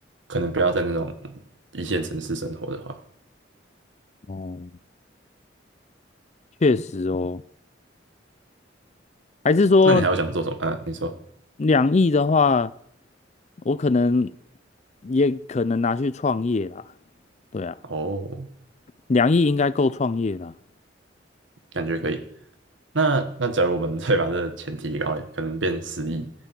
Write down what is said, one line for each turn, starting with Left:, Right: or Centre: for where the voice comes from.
Right: 可能不要在那种一线城市生活的话，
Left: 哦，确实哦，还是说
Right: 那你还有想做什么？啊，你说
Left: 两亿的话，我可能也可能拿去创业啦。对啊。
Right: 哦，
Left: 两亿应该够创业了，
Right: 感觉可以。那那假如我们 <laughs> 再把这个钱提高嘞，可能变十亿，